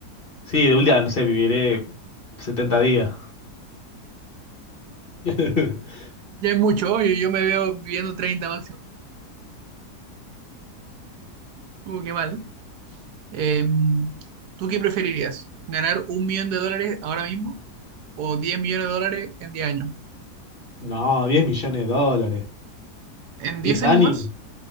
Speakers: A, on the left; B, on the right.
A: Sí, de un día, no sé, viviré 70 días. <laughs>
B: Ya es mucho, yo, yo me veo viviendo treinta máximo. Uh, qué mal. Eh, ¿tú qué preferirías? ¿Ganar un millón de dólares ahora mismo o diez millones de dólares en 10 años?
A: No, 10 millones de dólares.
B: ¿En
A: diez
B: 10 años
A: años?
B: más?